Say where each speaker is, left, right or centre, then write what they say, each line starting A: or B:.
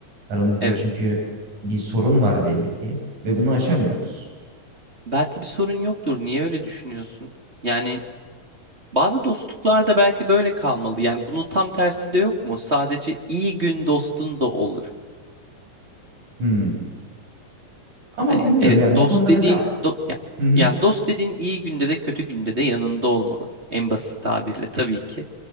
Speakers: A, on the right; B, on the right.
A: Aramızda
B: evet.
A: çünkü bir sorun var belli ki ve bunu aşamıyoruz.
B: Belki bir sorun yoktur. Niye öyle düşünüyorsun? Yani bazı dostluklar da belki böyle kalmalı. Yani bunun tam tersi de yok mu? Sadece iyi gün dostun da olur.
A: Hmm. Ama
B: Hani
A: bilmiyorum
B: evet
A: yani
B: dost
A: bu konuda
B: dediğin
A: mesela
B: do- ya-
A: Hı hı.
B: yani dost dediğin iyi günde de kötü günde de yanında olmalı. En basit tabirle tabii ki.